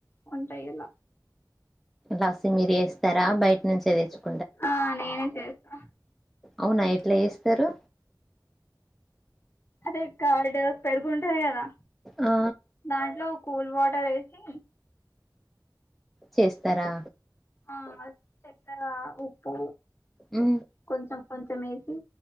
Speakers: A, on the left; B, in the centre.
A: వంటీయాల
B: లస్సీ మీరు చేస్తరా బయట నుంచి తెచ్చుక్
A: ఆ నేనే చేస్తా
B: అవునా ఎట్లా చేస్తరు
A: ఫస్ట్ కర్డ్ పెరుగు ఉంటది కదా
B: ఆ
A: దాంట్లో కూల్ వా టర్ ఏసి
B: చేస్తరా
A: ఆ చెక్కర ఉప్పు
B: ఉ
A: కొంచెం కొంచెం వేసి